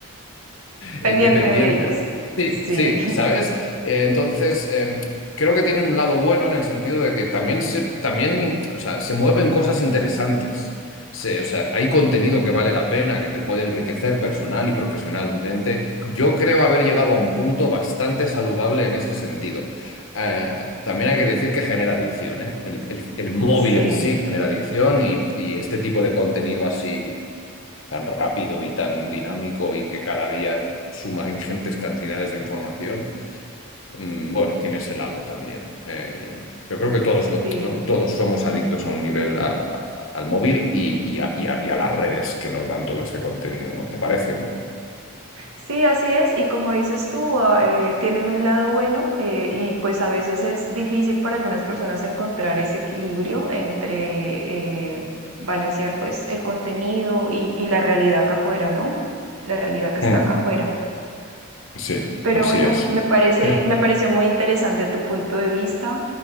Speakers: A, on the right (about 80°); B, on the left (about 60°).
A: pendiente
B: eh, dependiente.
A: de ellos.
B: Sí,
A: Sí,
B: sí, ¿sabes? Eh, entonces, eh, creo que tienen un lado bueno en el sentido de que también se, también, in- o sea, se mueven cosas interesantes. Se- o sea, hay contenido que vale la pena, que te puede enriquecer personal y profesionalmente. Yo creo haber llegado a un punto bastante saludable en ese sentido. Eh, también hay que decir que genera adicción, ¿eh? El, el- el móvil
A: <laughs> sí,
B: en sí genera adicción y, y este tipo de contenido así tan rápido y tan dinámico y que cada día suma ingentes cantidades de información, mm, bueno, tiene ese lado también. Eh, yo creo que todos,
A: sí.
B: lo, ¿no? todos somos adictos a un nivel a- a- al móvil y, y a, y a- y a las redes que nos dan todo este contenido, ¿no? ¿Te parece, no?
A: Sí, así es. Y como dices tú, ah, eh, tienen un lado bueno eh, y pues a veces es difícil para algunas personas encontrar ese equilibrio entre eh, balancear pues el contenido y, y la realidad acá afuera, ¿no? La realidad que está
B: Mm,
A: acá afuera.
B: sí,
A: Pero
B: así
A: bueno,
B: es.
A: me parece,
B: <laughs>
A: me pareció muy interesante tu punto de vista.